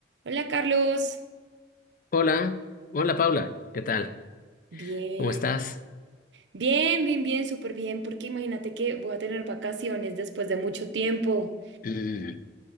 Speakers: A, on the right; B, on the left.
A: Hola Carlos,
B: Hola, hola Paula, ¿qué tal?
A: bien,
B: ¿Cómo estás?
A: bien, bien, bien, súper bien, porque imagínate que voy a tener vacaciones después de mucho tiempo
B: Mm,